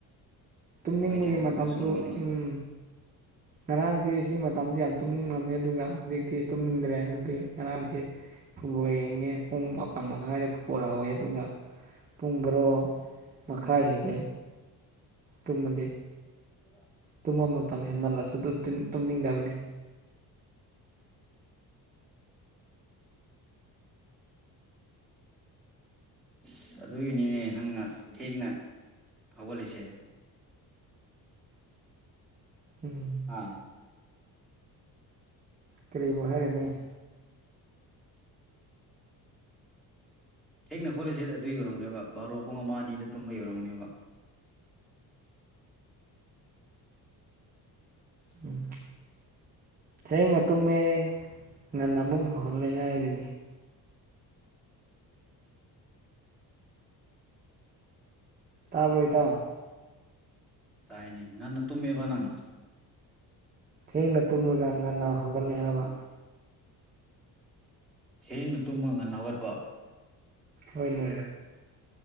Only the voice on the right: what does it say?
ꯇꯨꯝꯅꯤꯡꯕꯒꯤ
ꯃꯇꯝꯁꯨ
ꯎꯝ ꯉꯔꯥꯡꯁꯤ ꯁꯤ ꯃꯇꯝꯁꯤ ꯌꯥꯝ ꯇꯨꯝꯅꯤꯡꯉꯝꯃꯤ ꯑꯗꯨꯒ ꯍꯧꯖꯤꯛꯇꯤ ꯇꯨꯝꯅꯤꯡꯗ꯭ꯔꯦ ꯑꯗꯩ ꯉꯔꯥꯡꯗꯤ ꯐꯨꯠꯕꯣꯜ ꯌꯦꯡꯉꯦ ꯄꯨꯡ ꯃꯥꯄꯜ ꯃꯈꯥꯏꯗ ꯐꯨꯠꯕꯣꯜ ꯍꯥꯎꯋꯦ ꯑꯗꯨꯒ ꯄꯨꯡ ꯕꯥꯔꯣ ꯃꯈꯥꯏ ꯍꯦꯜꯂꯦ ꯇꯨꯝꯃꯗꯤ
ꯇꯨꯝꯃ ꯃꯇꯝ ꯍꯦꯟꯃꯜꯂꯁꯨ ꯑꯗꯨ ꯇꯨꯝꯅꯤꯡꯗꯕꯅꯦ꯫
ꯎꯝ
ꯀꯔꯤꯕꯨ ꯍꯥꯏꯔꯨꯅꯤ꯫
ꯎꯝ ꯊꯦꯡꯅ ꯇꯨꯝꯃꯦ ꯉꯟꯅ ꯑꯃꯨꯛ ꯍꯧꯒꯠꯂꯦ ꯍꯥꯏꯗꯨꯅꯤ꯫ ꯇꯥꯕ꯭ꯔꯣ ꯏꯇꯥꯎ
ꯊꯦꯡꯅ ꯇꯨꯝꯂꯒ ꯉꯟꯅ ꯍꯧꯒꯠꯂꯦ ꯍꯥꯏꯕ꯫
ꯍꯣꯏꯅꯦ